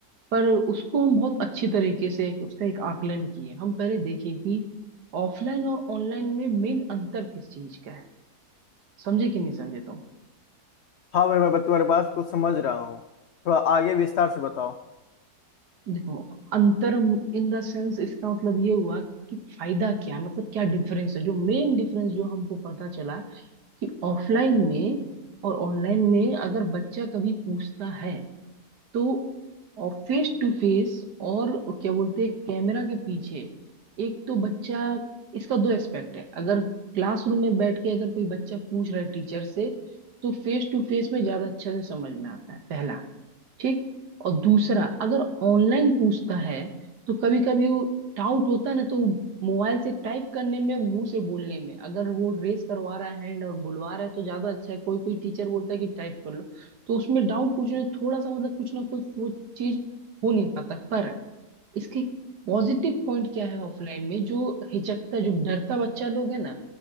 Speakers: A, on the right (about 85°); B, on the left (about 80°).
A: पर उसको हम बहुत अच्छी तरीके से एक, उसका एक आकलन किए हम पहले देखे कि ऑफलाइन और ऑनलाइन में मेन अंतर किस चीज का है समझे कि नहीं समझे तुम
B: हाँ भाई मैं बत- तुम्हारी बात को समझ रहा हूँ थोड़ा आगे विस्तार से बताओ
A: देखो अंतर इन द सेंस इसका मतलब ये हुआ कि फायदा क्या है मतलब क्या डिफरेंस है जो मेन डिफरेंस जो हमको पता चला कि ऑफलाइन में और ऑनलाइन में अगर बच्चा कभी पूछता है तो और फेस टू फेस और क्या बोलते हैं कैमरा के पीछे एक तो बच्चा इसका दो एस्पेक्ट है अगर क्लासरूम में बैठ के अगर कोई बच्चा पूछ रहा है टीचर से तो फेस टू फेस में ज्यादा अच्छे से समझ में आता है पहला ठीक और दूसरा अगर ऑनलाइन पूछता है तो कभी कभी वो डाउट होता है ना तो मोबाइल से टाइप करने में मुंह से बोलने में अगर वो रेस करवा रहा है हैंड और बुलवा रहा है तो ज्यादा अच्छा है कोई कोई टीचर बोलता है कि टाइप कर लो तो उसमें डाउट पूछने में थोड़ा सा मतलब कुछ ना कुछ वो चीज हो नहीं पाता पर इसके पॉजिटिव पॉइंट क्या है ऑफलाइन में जो हिचकता जो डरता बच्चा लोग है ना